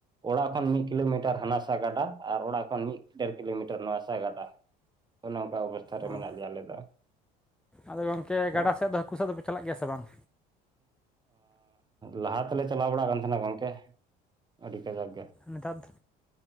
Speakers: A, on the right; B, in the centre.
A: ᱚᱲᱟᱜ ᱠᱷᱚᱱ ᱢᱤᱫ ᱠᱤᱞᱳᱢᱤᱴᱟᱨ ᱦᱟᱱᱟᱥᱟ ᱜᱟᱰᱟ ᱟᱨ ᱚᱲᱟᱜ ᱠᱷᱚᱱ ᱢᱤᱫ ᱠᱮᱨ ᱠᱤᱞᱳᱢᱤᱴᱟᱨ ᱱᱚᱣᱟ ᱥᱟ ᱜᱟᱰᱟ ᱚᱱᱮ ᱚᱱᱠᱟ ᱚᱵᱚᱥᱛᱷᱟ
B: ᱚ
A: ᱢᱮᱱᱟᱜ ᱞᱮᱭᱟ ᱟᱞᱮ ᱫᱚ᱾
B: ᱟᱫᱚ ᱜᱚᱝᱠᱮ
A: ᱛᱚ
B: ᱜᱟᱰᱟ ᱥᱮᱫ ᱫᱚ ᱦᱟᱹᱠᱩ ᱥᱟᱵ ᱫᱚᱯᱮ ᱪᱟᱞᱟᱜ ᱜᱮᱭᱟ ᱥᱮ ᱵᱟᱝ?
A: ᱞᱟᱦᱟ ‍ᱛᱮᱞᱮ ᱪᱟᱞᱟᱣ ᱵᱟᱲᱟᱜ ᱠᱟᱱ ᱛᱟᱦᱮᱱᱟ ᱜᱚᱝᱠᱮ ᱟᱹᱰᱤ ᱠᱟᱡᱟᱠ ᱜᱮ
B: ᱱᱮᱛᱟᱨ ᱫᱚ